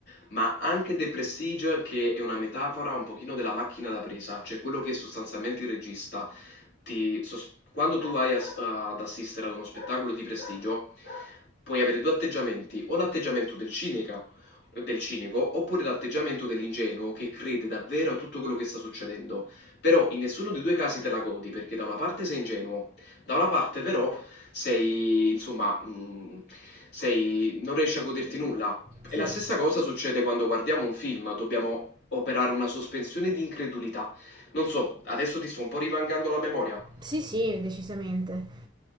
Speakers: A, on the left (about 55°); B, on the right (about 20°).
A: ma anche The Prestige, che è una metafora un pochino della macchina da presa, cioè quello che sostanzialmente il regista ti... sos- quando tu vai a s- ad assistere ad uno spettacolo di prestigio, puoi avere due atteggiamenti, o l'atteggiamento del cinica, del cinico, oppure l'atteggiamento dell'ingenuo che crede davvero a tutto quello che sta succedendo. Però in nessuno dei due casi te la godi, perché da una parte sei ingenuo, da una parte però sei, insomma, mh, sei, non riesci a goderti nulla,
B: Sì,
A: e la stessa cosa succede quando guardiamo un film, dobbiamo operare una sospensione di incredulità. Non so, adesso ti sto un po' rivangando la memoria.
B: sì, sì, decisamente.